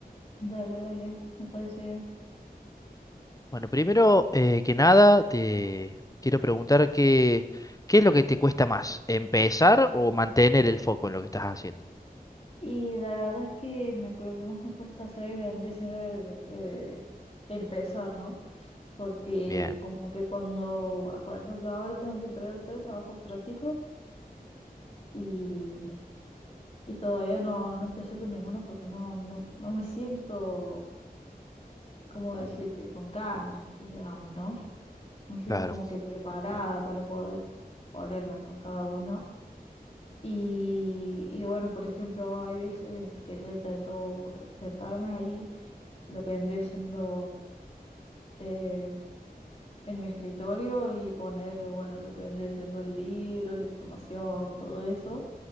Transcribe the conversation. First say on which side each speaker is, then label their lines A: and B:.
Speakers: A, on the left; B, on the left.
A: Dale, dale, me parece bien.
B: Bueno, primero eh, que nada te quiero preguntar qué, qué es lo que te cuesta más, empezar o mantener el foco en lo que estás haciendo.
A: Y la verdad es que me- lo que más me cuesta hacer vendría siendo el, eh, empezar, ¿no? Porque
B: Bien,
A: como que cuando, ah, por ejemplo, ahora tengo que traer tres trabajos prácticos. Y Y todavía no, no empecé con ninguno porque no, no, no me siento, como decirte, con ganas, sí, digamos, ¿no? No me siento
B: claro,
A: como que preparada para poder ponerme con cada uno. Y, y bueno, por ejemplo, hay veces que yo intento vol- sentarme ahí, lo que vendría siendo eh, en mi escritorio y poner, bueno, lo que vendría siendo el libro, la información, todo eso